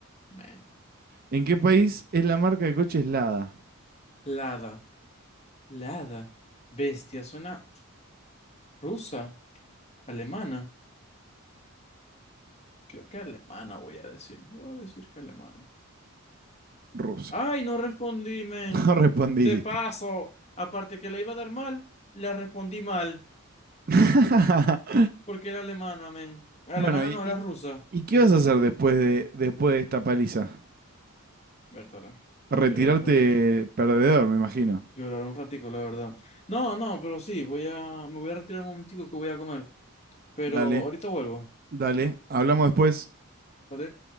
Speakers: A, on the left; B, on the right.
A: Man.
B: ¿En qué país es la marca de coches Lada?
A: Lada. Lada. Bestia. Suena. Rusa, alemana. Creo que alemana voy a decir. Voy a decir que alemana.
B: Rusa.
A: Ay, no respondí, men.
B: No respondiste.
A: De paso, aparte que la iba a dar mal, la respondí mal,
B: <laughs>
A: porque era alemana, men. Alemana
B: Bueno, ¿y,
A: no era
B: y-
A: rusa.
B: y qué vas a hacer después de, después de esta paliza?
A: Bertala,
B: Retirarte
A: llorar un ratito.
B: perdedor, me imagino.
A: Llorar un ratico, la verdad. No, no, pero sí, voy a, me voy a retirar un momentico que voy a comer. Pero
B: Dale,
A: ahorita vuelvo,
B: dale. Hablamos después.
A: ¿vale?